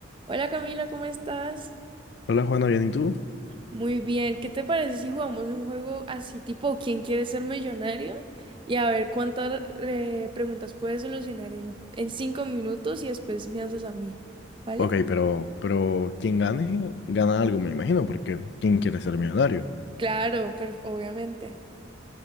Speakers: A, on the right; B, on the left.
A: Hola Camila, ¿cómo estás?
B: Hola Juana, ¿bien y tú?
A: Muy bien, ¿qué te parece si jugamos un juego así tipo ¿Quién quiere ser millonario? Y a ver cuántas eh, preguntas puedes solucionar en, en cinco minutos y después me haces a mí, ¿vale?
B: Ok, pero, pero quien gane, gana algo, me imagino, porque ¿quién quiere ser millonario?
A: Claro, per- obviamente.